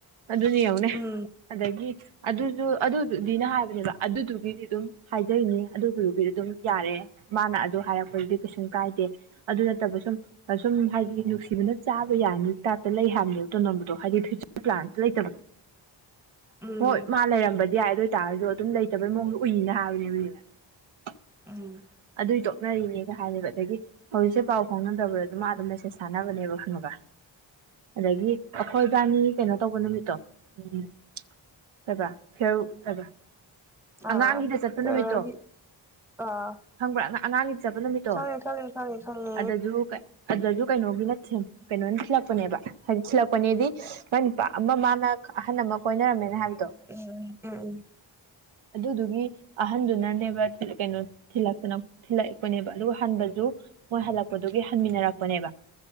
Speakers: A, on the right (about 85°); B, in the centre.
A: ꯑꯗꯨꯅꯦ ꯌꯦꯡꯉꯨꯅꯦ
B: ꯎꯝ
A: ꯑꯗꯒꯤ ꯑꯗꯨꯖꯨ ꯑꯗꯨꯗꯨꯗꯤꯅ ꯍꯥꯏꯕꯅꯦꯕ ꯑꯗꯨꯗꯨꯒꯤꯗꯤ ꯑꯗꯨꯝ ꯍꯥꯏꯖꯩꯅꯤ ꯑꯗꯨꯗꯨꯗꯤ ꯑꯗꯨꯝ ꯌꯥꯔꯦ ꯃꯥꯅ ꯑꯗꯨ ꯍꯥꯏꯔꯛꯄꯩꯗꯤ ꯀꯩꯁꯨꯝ ꯀꯥꯏꯗꯦ ꯑꯗꯨ ꯅꯠꯇꯕ ꯁꯨꯝ ꯑꯁꯨꯝ ꯍꯥꯏꯗꯤ ꯅꯨꯡꯁꯤꯕꯅ ꯆꯥꯕ ꯌꯥꯅꯤ ꯇꯥꯏꯞꯇ ꯂꯩ ꯍꯥꯏꯅꯦꯕ ꯇꯣꯗꯣꯟꯕꯗꯣ ꯍꯥꯏꯗꯤ ꯐ꯭ꯌꯨꯆꯔ ꯄ꯭ꯂꯥꯟ ꯑꯝꯇ ꯂꯩꯇꯕꯗꯣ <inaudible>
B: ꯎꯝ
A: ꯍꯣꯏ ꯃꯥ ꯂꯩꯔꯝꯕꯗꯤ ꯌꯥꯏ ꯑꯗꯨ ꯑꯣꯏꯇꯥꯔꯖꯨ ꯑꯗꯨꯝ ꯂꯩꯇꯕꯩ ꯃꯑꯣꯡꯗ ꯎꯏꯅ ꯍꯥꯏꯕꯅꯦ <unintelligible>
B: ꯎꯝ
A: ꯑꯗꯨꯏ ꯇꯣꯛꯅꯔꯤꯅꯦꯒ ꯍꯥꯏꯔꯦꯕ ꯑꯗꯒꯤ ꯍꯧꯖꯤꯛꯁꯦ ꯄꯥꯎ ꯐꯥꯎꯅꯗꯕ꯭ꯔꯥ ꯑꯗꯨꯝ ꯃꯥ ꯑꯗꯨꯝ ꯃꯦꯁꯦꯁ ꯊꯥꯅꯕꯅꯦꯕ ꯈꯪꯉꯕꯥ ꯑꯗꯒꯤ ꯑꯩꯈꯣꯏꯕꯥꯅꯤ ꯀꯩꯅꯣ ꯇꯧꯕ ꯅꯨꯃꯤꯠꯇꯣ ꯎꯝ ꯀꯩꯕ ꯈꯦꯔ
B: ꯑꯥ
A: ꯑꯉꯥꯡꯒꯤꯗ ꯆꯠꯄ
B: ꯐꯦꯔꯋꯦꯜꯒꯤ
A: ꯅꯨꯃꯤꯠꯇꯣ
B: ꯑꯥ
A: ꯈꯪꯕ꯭ꯔꯥ ꯑꯉꯥꯡ ꯑꯉꯥꯡꯒꯤꯗ ꯆꯠꯄ ꯅꯨꯃꯤꯠꯇꯣ
B: ꯈꯪꯉꯦ ꯈꯪꯉꯦ ꯈꯪꯉꯦ ꯈꯪꯉꯦ
A: ꯑꯗꯨꯁꯨ ꯑꯗꯨꯁꯨ ꯀꯩꯅꯣꯒꯤꯅ ꯀꯩꯅꯣꯅ ꯊꯤꯜꯂꯛꯄꯅꯦꯕ ꯍꯥꯏ ꯊꯤꯜꯂꯛꯄꯅꯦ ꯍꯥꯏꯗꯤ ꯃꯥꯏ ꯅꯨꯄꯥ ꯑꯃ ꯃꯥꯅ ꯑꯍꯟ ꯑꯃ ꯀꯣꯏꯅꯔꯝꯃꯦꯅ ꯍꯥꯏꯕꯗꯣ
B: ꯎꯝ ꯎꯝ
A: ꯑꯗꯨꯗꯨꯒꯤ ꯑꯍꯟꯗꯨꯅ ꯅꯦꯕ ꯀꯩꯅꯣ ꯊꯤꯜꯂꯛꯇꯅ ꯊꯤꯜꯂꯛꯂꯄꯅꯦꯕ ꯑꯗꯨꯒ ꯍꯟꯕꯁꯨ ꯃꯣꯏ ꯍꯜꯂꯛꯄꯗꯨꯒꯤ ꯍꯟꯃꯤꯟꯅꯔꯛꯄꯅꯦꯕ